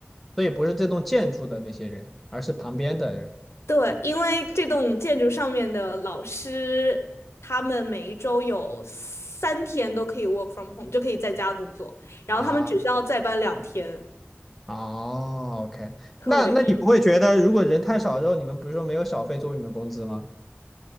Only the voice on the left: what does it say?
对，因为这栋建筑上面的老师，他们每一周有三天都可以 work from home，就可以在家工作，然后他们只需要再搬两天，
特别